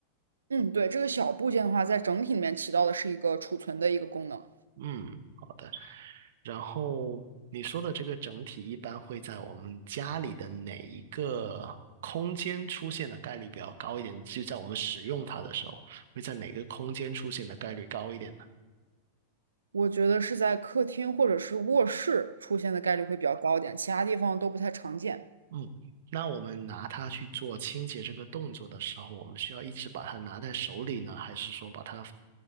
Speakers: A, on the right; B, on the right.
A: 嗯，对，这个小部件的话，在整体里面起到的是一个储存的一个功能。
B: 嗯，好的。然后你说的这个整体一般会在我们家里的哪一个空间出现的概率比较高一点？就在我们使用它的时候，会在哪个空间出现的概率高一点？呢？
A: 我觉得是在客厅或者是卧室出现的概率会比较高一点，其他地方都不太常见。
B: 嗯，那我们拿它去做清洁这个动作的时候，我们需要一直把它拿在手里呢，还是说把它